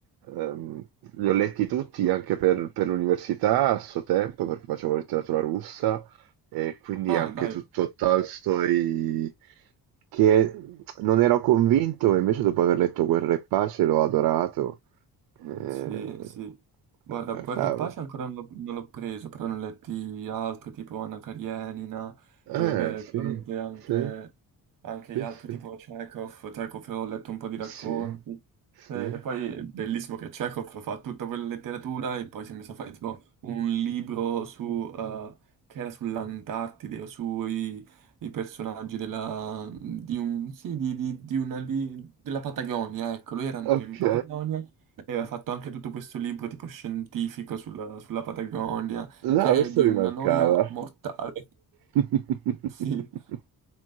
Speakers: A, on the right; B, on the right.
A: ehm, li ho letti tutti anche per, per l'università a suo tempo, perché facevo letteratura russa. E quindi
B: Ah,
A: anche
B: dai.
A: tutto Tolstoi, che non ero convinto, e invece dopo aver letto Guerra e Pace l'ho adorato. Eh,
B: Sì, sì. Guarda,
A: ah,
B: Guerra
A: cavolo.
B: e Pace ancora non l'ho non l'ho preso, però ne ho letti altri tipo Anna Karenina,
A: Eh,
B: poi vabbè,
A: sì,
B: chiaramente anche,
A: sì,
B: anche
A: sì,
B: gli altri
A: sì,
B: tipo Chekhov, Chekhov ho letto un po' di
A: sì,
B: racconti.
A: sì.
B: E, e poi è bellissimo che Chekhov fa tutta quella letteratura e poi si è messo a fare tipo un libro su, eh, che era sull'Antartide o sui i personaggi della, di un, sì, di, di- di una, di- della Patagonia, ecco, lui era andato
A: Ok,
B: in Patagonia e aveva fatto anche tutto questo libro tipo scientifico sulla, sulla Patagonia,
A: no,
B: che
A: questo
B: è di
A: mi
B: una
A: mancava.
B: noia mortale. <laughs>
A: <laughs>
B: Sì,